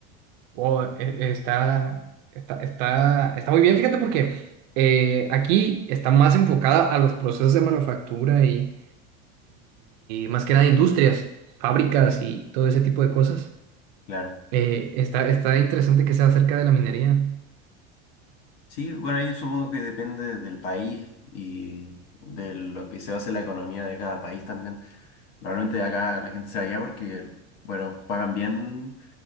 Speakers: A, on the right; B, on the left.
A: Oh, e- e- está, está, está, está muy bien, fíjate, porque eh, aquí está más enfocada a los procesos de manufactura y más que nada industrias, fábricas y todo ese tipo de cosas.
B: claro.
A: Eh, está, está interesante que sea acerca de la minería.
B: Sí, bueno, ahí supongo que depende del país y de lo que se base la economía de cada país también. Normalmente acá la gente se va allá porque, bueno, pagan bien